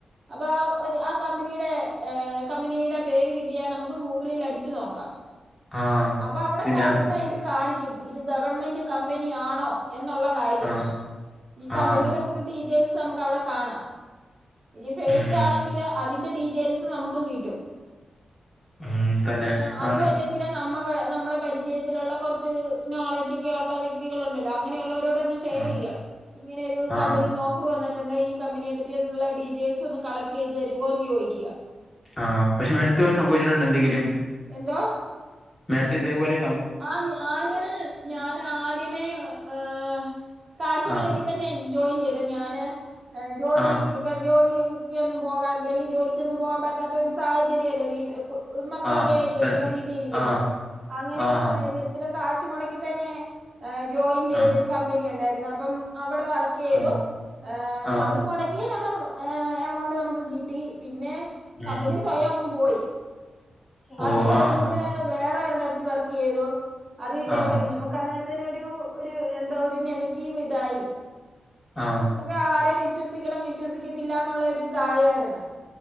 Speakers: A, on the right; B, on the left.
A: അപ്പം ആ കമ്പനിയുടെ ഏഹ് കമ്പനിയുടെ പേര് കിട്ടിയാ നമുക്ക് ഗൂഗിളിൽ അടിച്ചു നോക്കാം
B: ആ
A: അപ്പവിടെ
B: പിന്നെ
A: കറക്റ്റായിട്ട് കാണിക്കും ഇത് ഗവൺമെന്റ് കമ്പനി ആണോ എന്നുള്ള കാര്യം
B: ആ
A: ഈ കമ്പനിയുടെ
B: ആ
A: ഫുൾ ഡീറ്റൈൽസ് നമുക്കവിടെ കാണാം ഇനി ഫെയ്
B: ഉം
A: ക്കാണെങ്കിലോ അതിൻ്റെ ഡീറ്റൈൽസും നമുക്ക് കിട്ടും
B: ഉം തന്നെ
A: ആഹ് അതുവല്ലെങ്കിൽ
B: ആന്ന്
A: നമ്മകളെ നമ്മളെ പരിചയത്തിലുള്ള കൊറ്ച്ച് നോളജൊക്കെയുള്ള വ്യക്തികളുണ്ടല്ലോ അങ്ങനെയുള്ളവരോടൊന്ന് ഷെയെറെയ്യാ
B: ആ
A: ഇങ്ങനെ ഒരു
B: ആ
A: കമ്പനീന്ന് ഓഫർ വന്നിട്ടുണ്ട് ഈ കമ്പനിയെ പറ്റിയുള്ള ഡീറ്റൈൽസൊന്ന് കളെക്റ്റെയ്ത് തരുവോന്ന് ചോദിക്കാ
B: ആഹ് പക്ഷെ മേടുത്തൊരു സംഭവിച്ചിട്ടുണ്ടൊന്തെങ്കിലും
A: എന്തോ
B: മേഡത്തി ഇതേ പോലെ
A: ആഹ് ഞാന് ഞാൻ ആദ്യമേ ഏഹ് കാശ് മുടക്കി
B: ആഹ്
A: തന്നെ ജോയിൻ ചെയ്ത ഞാന് ജോലിക്ക്
B: ആഹ്
A: ഇപ്പം ജോലിയ്ക്ക്യൊന്നും പോകാൻ വെളിയിൽ ജോലിക്കൊന്നും പോകാൻ പറ്റാത്ത ഒരു സാഹചര്യവല്ലേ വീട്ടിൽ കു മക്കളൊക്കെ
B: ആഹ്
A: ആയി കഴിയുമ്പം
B: തന്നെ
A: വീട്ടിലിരിക്കുമ്പം
B: ആഹ്
A: അങ്ങനെയുള്ള
B: ആഹാ
A: സാഹചര്യത്തിലും കാശ് മൊടക്കി തന്നെ ഏഹ് ജോയിൻ ചെയ്തൊരു
B: ആഹ്
A: കമ്പനി ഉണ്ടായിരുന്നു. അപ്പം അവിടെ വർ ക്കെയ്തു.
B: ആഹ്
A: ഏഹ്നമ്മൾ
B: ആഹ്
A: മുടക്കിയേനുള്ള എമൗണ്ട് നമുക്ക് കിട്ടി. പിന്നേ
B: ഉം
A: കമ്പനി സ്വയം അങ്ങ് പോയി
B: ഓ
A: അത് കഴിഞ്ഞിട്ട്
B: ആഹാ
A: വേറെ എരുടത്ത് വർക്ക് ക്ക് ചെയ്തു അത് ഇതേപോലെ
B: ആഹ്
A: നമ്മക്ക് അന്നേരത്തി ഒരു എന്താ ഒരു നെഗറ്റീവ് ഇതായി
B: ആഹ്
A: നമുക്ക് ആരെ വിശ്വസിക്കണം വിശ്വസിക്കത്തില്ലന്നുള്ള ഒരു ഇതായായിരുന്നു